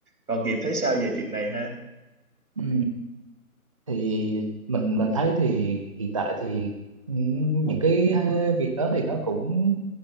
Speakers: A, on the right; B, on the right.
A: Còn Hiệp thấy sao về chuyện này ha?
B: Ừ. Thì mình mình thấy thì hiện tại thì ừ, những cái ờ, việc đó thì nó cũng